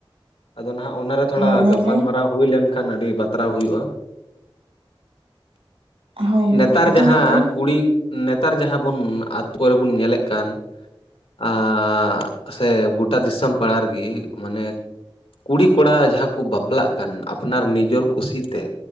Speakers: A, on the left; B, on the right.
A: ᱟᱫᱚ ᱱᱟᱦᱟᱜ ᱚᱱᱟᱨᱮ ᱛᱷᱚᱲᱟ
B: ᱦᱳᱭ ᱞᱟᱹᱭ
A: ᱜᱟᱯᱟᱞ
B: ᱵᱮᱱ
A: ᱢᱟᱨᱟᱣ ᱦᱩᱭ ᱞᱮᱱᱠᱷᱟᱱ ᱟᱹᱰᱤ ᱵᱟᱛᱨᱟᱣ ᱦᱩᱭᱩᱜᱼᱟ
B: ᱦᱳᱭ ᱦᱳᱭ
A: ᱱᱮᱛᱟᱨ
B: ᱮᱛᱚᱦᱚᱵ
A: ᱡᱟᱦᱟᱸ
B: ᱵᱮᱱ
A: ᱠᱩᱲᱤ ᱱᱮᱛᱟᱨ ᱡᱟᱦᱟᱸ ᱵᱩᱱ ᱟᱛᱳ ᱨᱮᱵᱩᱱ ᱧᱮᱞᱮᱫ ᱠᱟᱱ ᱟᱸᱜ ᱥᱮ ᱜᱚᱴᱟ ᱫᱤᱥᱚᱢ ᱯᱟᱲᱟ ᱨᱮᱜᱤ ᱢᱟᱱᱮ ᱠᱩᱲᱤ ᱠᱚᱲᱟ ᱡᱟᱦᱟᱸ ᱠᱚ ᱵᱟᱯᱞᱟᱜ ᱠᱟᱱ ᱟᱯᱱᱟᱨ ᱱᱤᱡᱚᱨ ᱠᱩᱥᱤᱛᱮ